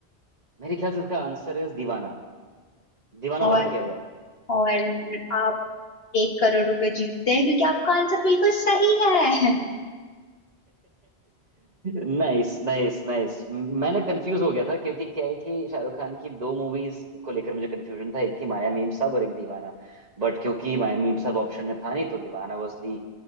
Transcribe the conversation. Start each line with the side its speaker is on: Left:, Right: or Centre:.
Right: मेरे ख्याल से इसका आंसर इज दीवाना दीवाना लॉक
Left: और
Right: किया जाए
Left: और आप एक करोड़ रुपए जीतते हैं क्योंकि आपका आंसर बिल्कुल सही है
Right: नाइस नाइस नाइस मैं ना कंफ्यूज हो गया था क्योंकि क्या है कि शाहरुख खान की दो मूवीज को लेकर मुझे कंफ्यूजन था एक थी माया मीम साहब और एक दीवाना बट क्योंकि माया मीम साहब ऑप्शन में था नहीं तो Deewana was the